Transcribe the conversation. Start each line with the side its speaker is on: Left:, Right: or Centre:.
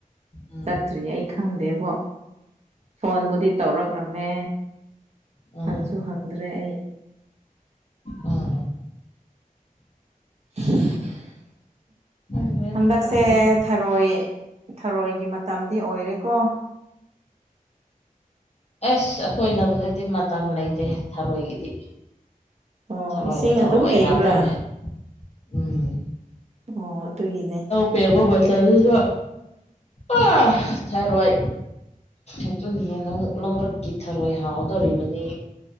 Left: ꯎꯝ
Right: ꯆꯠꯇ꯭ꯔꯤꯌꯦ ꯑꯩ ꯈꯪꯗꯦꯕꯣ ꯐꯣꯟꯕꯨꯗꯤ ꯇꯧꯔꯛ꯭ꯔꯃꯦ
Left: ꯎꯝ
Right: ꯍꯪꯁꯨ ꯍꯪꯗ꯭ꯔꯦ ꯑꯩ
Left: ꯎꯝ
Right: <unintelligible>
Left: ꯈꯪꯗ꯭ꯔꯦꯗ
Right: ꯍꯟꯗꯛꯁꯦ
Left: ꯇꯧꯔꯤꯕ
Right: ꯊꯔꯣꯏ ꯊꯔꯣꯏꯒꯤ ꯃꯇꯝꯗꯤ ꯑꯣꯏꯔꯦꯀꯣ
Left: ꯑꯁ ꯑꯩꯈꯣꯏ ꯂꯝꯗꯗꯤ ꯃꯇꯝ ꯂꯩꯇꯦ ꯊꯔꯣꯏꯒꯤꯗꯤ
Right: ꯑꯣ
Left: ꯊꯔꯣꯏꯗ
Right: ꯏꯁꯤꯡ
Left: ꯊꯔꯣꯢ
Right: ꯑꯗꯨꯝ ꯂꯩꯕ꯭ꯔꯥ
Left: ꯉꯥꯛꯇꯅꯦ ꯎꯝ
Right: ꯑꯣ ꯑꯗꯨꯒꯤꯅꯦ
Left: ꯄꯦꯛꯒꯄꯣꯗꯁꯨ ꯑ ꯊꯔꯣꯏ ꯑꯗꯨꯅ ꯍꯦꯟꯅ ꯑꯃꯨꯛ ꯂꯧꯔꯛꯈꯤ ꯊꯔꯣꯏ ꯍꯥꯎꯗꯧꯔꯤꯕꯅꯤ